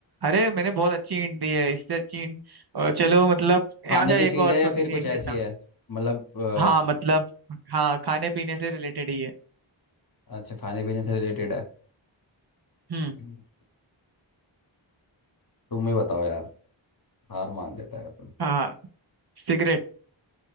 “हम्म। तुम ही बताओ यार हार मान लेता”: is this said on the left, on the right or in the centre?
Left